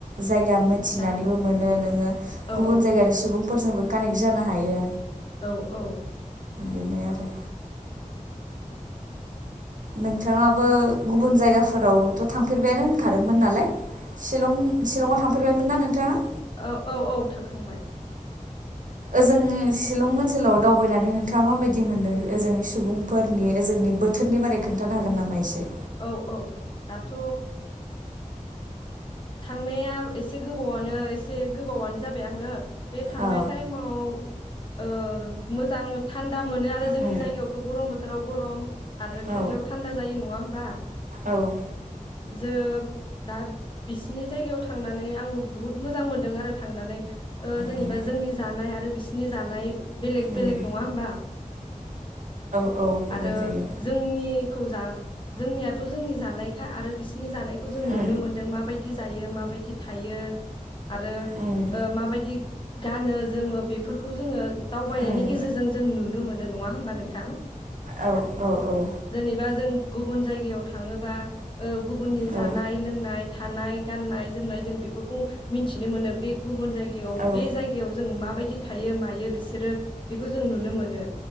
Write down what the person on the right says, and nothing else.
जायगा मोनथिनानैबो
मोनो नोङो
गुबुन
जायगानि सुबुं फोरजोंबो कानेक्ट जानो हायो
बेनो आरो नोंथाङाबो गुबुन जायगाफोरावथ' थांफेरबायानो होनखादोंमोन नालाय सिलं-सिलङाव थां फेरबायमोनना नोंथाङा?
ओजों सिलं ओनसोलाव दावबायनानै नोंथाङा माबायदि मोनदों ओजोंनि सुबुंफोरनि ओजोंनि बोथोरनि बारै खोन्थानो हागोन नामा एसे?
औ
औ
औ
औ ओं
ओं
उम
औ गुबुन
जायो
उम
उम
उम
औ औ औ
औ
औ